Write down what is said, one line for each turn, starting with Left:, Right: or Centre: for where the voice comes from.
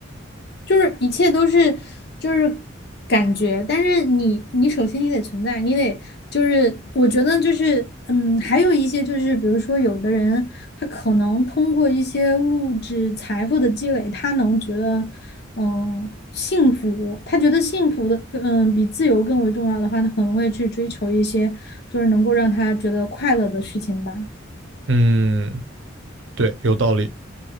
Left: 就是一切都是就是感觉，但是你你首先你得存在，你得就是我觉得就是嗯，还有一些就是比如说有的人他可能通过一些物质财富的积累，他能觉得嗯幸福，他觉得幸福的嗯比自由更为重要的话，他可能会去追求一些就是能够让他觉得快乐的事情吧。
Right: 嗯。对，有道理。